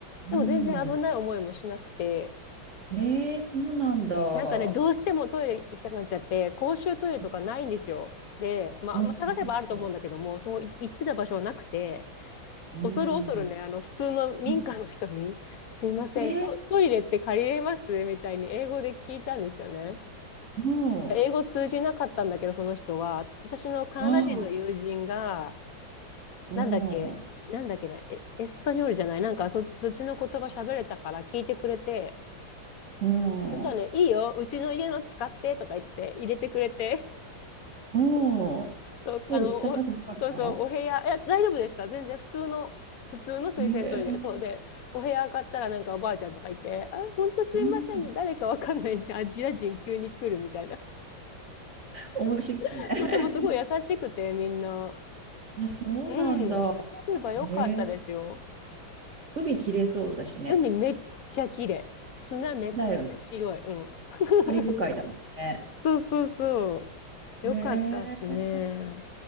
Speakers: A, on the right (about 35°); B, on the left (about 60°).
A: うん
B: でも全然危ない思いもしなくて、
A: ええそうなんだ。
B: なんかね、どうしてもトイレ行きたくなっちゃって、公衆トイレとかないんですよ。
A: う
B: で、まあ、
A: ん、そうそう
B: まあ、探せばあると思うんだけども、そこ行ってた場所はなくて、
A: うん。
B: 恐る恐るね、
A: う
B: あの、普通の民家の人に、
A: ん
B: <laughs> すいません、
A: ね
B: ト、トイレって借りれますみたいに英語で聞いたんですよね。
A: も
B: 英語通じなかったんだけど、その人は、私のカナダ人の友人が、
A: う、ああ、も
B: なんだっけ、なんだっけな、エ、エスパニョールじゃない、なんかそ、そっちの言葉喋れたから聞いてくれて、
A: う、も
B: そしたらね、いいよ、うちの家の使ってとか言って入れてくれて、
A: う、もう、
B: そう、
A: トイレ汚くなかった
B: あの、お、そうそう、お部屋、いや、大丈夫でした。全然普通の、普通の水洗トイレ。
A: へえ、
B: そうで、お部屋上がったらなんかおばあちゃんとかいて、あ、ほんとすいませんね、
A: うん、
B: 誰かわかんないアジア人急に来るみたいな。
A: 面白いね。
B: <laughs> そう、でもすごい優しくて、みんな。
A: <laughs> あ、そうなんだ。
B: うん。キューバ良かったですよ。
A: へえ、海きれいそうだしね。
B: 海めっちゃ綺麗。砂めっちゃ白い。
A: だよね。
B: うん。<laughs>
A: カリブ海だもんね。
B: そうそうそう。
A: へ
B: よかったっすね。
A: え、